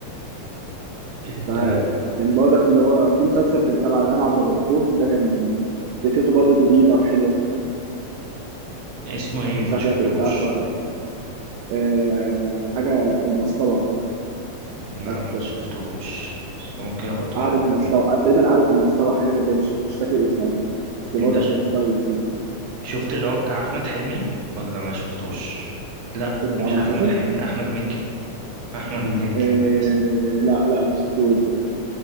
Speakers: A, on the right; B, on the right.
A: إلا
B: فكان برضك اللي هو في مسلسل كان تبع إلهام عبد الغفور ده كان فكرته برضك جديده وحلوه
A: اسمه إيه
B: مش
A: ما
B: عارف
A: شفتوش
B: إيه، انت عارفه ولا لا آه، حاجه المسطره
A: لا
B: مش عارف
A: ما شفتهوش بس ممكن أبقى أتفرج
B: قعدة
A: عليه
B: المصطبة آه، تقريبا قعدة المصطبة حاجة زي كده مش مش فاكر الاسم أوي بس برضه
A: أنت ش-
B: كان كويس يعني
A: شفت اللي هو بتاع أحمد حلمي ولا ما شفتوش لا
B: ايه ده
A: مش
B: عمل
A: أحمد
B: مسلسل؟
A: حلمي أحمد مكي <laughs> أحمد مكي
B: آه
A: معلش
B: لا لا ما شفتوش ده